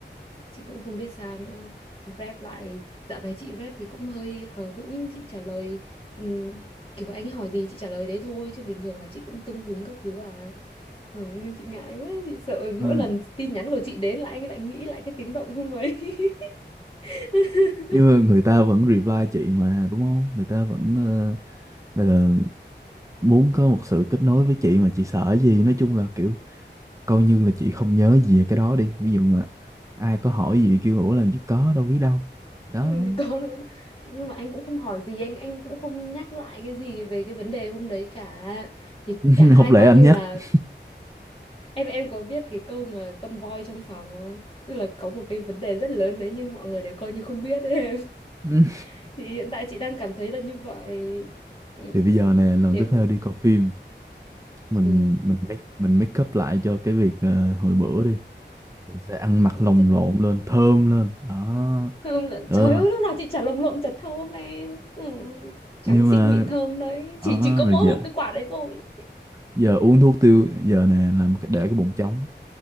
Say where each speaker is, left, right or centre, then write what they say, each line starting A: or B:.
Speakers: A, on the left; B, on the right.
A: chị cũng không biết sao nữa rep lại dạo này chị rep thì cũng hơi hờ hững chị trả lời ừm, kiểu anh ấy hỏi gì chị trả lời đấy thôi chứ bình thường là chị cũng tưng hứng các thứ à ừ, nên chị ngại quá chị sợ mỗi
B: ừ,
A: lần tin nhắn của chị đến là anh ấy lại nghĩ lại cái tiếng động không ấy <laughs>
B: nhưng mà người ta vẫn reply chị mà đúng không người ta vẫn ờ, gọi là muốn có một sự kết nối với chị mà chị sợ gì nói chung là kiểu coi như là chị không nhớ gì về cái đó đi ví dụ là ai có hỏi gì kêu ủa làm gì có đâu biết đâu
A: <laughs>
B: đó
A: Ừ, thì con nó mới- nhưng mà anh cũng không hỏi gì anh anh cũng không nhắc lại cái gì về cái vấn đề hôm đấy cả thì
B: <laughs>
A: cả hai
B: học lẽ
A: coi
B: anh
A: như
B: nhắc
A: là
B: <laughs>
A: em em có biết cái câu mà con voi trong phòng không tức là có một cái vấn đề rất lớn đấy nhưng mọi người đều coi như không biết ấy em
B: Ừ.
A: <laughs> thì hiện tại chị đang cảm thấy là như vậy ừ,
B: thì bây giờ nè lần
A: để,
B: tiếp theo đi coi phim mình
A: ừ.
B: mình make mình make up lại cho cái việc ờ, hồi bữa đi mình sẽ ăn mặc lồng
A: Thì
B: lộn lên thơm lên đó
A: thơm là
B: Ờ,
A: trời ơi lúc nào chị chả lồng lộn chả thơm em ừ. trắng
B: nhưng
A: xịn
B: mà
A: mịn thơm đấy chỉ
B: đó,
A: chỉ có mỗi
B: rồi giờ
A: một cái quả đấy thôi
B: giờ uống thuốc tiêu giờ nè làm cái- để cái bụng trống